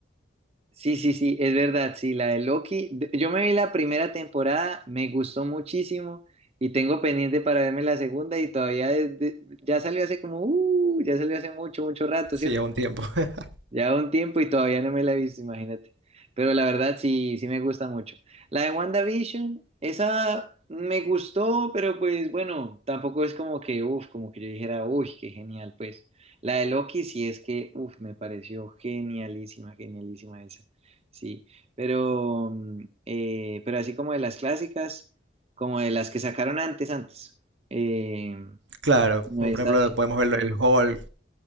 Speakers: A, on the right (about 30°); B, on the right (about 70°).
A: Sí, sí, sí, es verdad, sí, la de Loki. de- Yo me vi la primera temporada, me gustó muchísimo y tengo pendiente para verme la segunda y todavía desde- ya salió hace como, uh, ya salió hace mucho, mucho rato,
B: Sí,
A: ¿cierto?
B: a un tiempo. <laughs>
A: Ya un tiempo y todavía no me la he visto, imagínate. Pero la verdad sí, sí me gusta mucho. La de WandaVision, esa me gustó, pero pues bueno, tampoco es como que, uff, como que yo dijera, uy, qué genial, pues. La de Loki sí es que, uff, me pareció genialísima, genialísima esa. Sí, pero, mm, eh, pero así como de las clásicas, como de las que sacaron antes, antes. Eh,
B: Claro,
A: como
B: como
A: esta,
B: por ejemplo podemos verlo el Hulk.